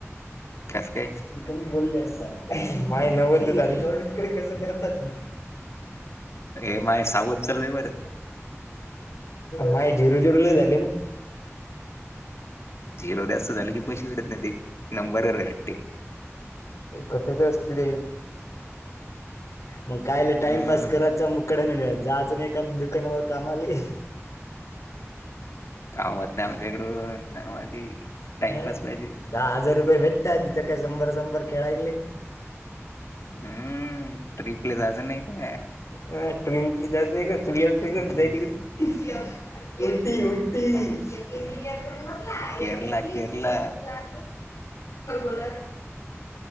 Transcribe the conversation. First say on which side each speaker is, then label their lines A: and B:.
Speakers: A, on the left; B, on the left.
A: कस काय?
B: म कमी बोलले असता माय नवसच झा आले इकडे कसं करतात....
A: ए माय सावत चालय बर....
B: माय झिरू जिरूला झाली ना....
A: झिरो जास्त झालं की पैसे भेटत नाही ते नंबर हट्टते....
B: कट तर असतील मग कायलं
A: हम्म
B: टाइम पास करायचा मुकड नाही जायचं नाही का दुकानावर कामा आले.....
A: कामत नाही आमच्या इकडून काम आली.....
B: अं
A: टाइमपास पाहिजे..,
B: दहा हजार रुपये भेटतात तिथं काय शंभर शंभर खेळायले....
A: हम्म ट्रीपले जाणार नाही काय?
B: ह ट्रेनली जात नाही का तु याच नाही कर जाय त का? उटी उटी
A: ह
B: बला कर
A: केरला केरला
B: बजला..... मला...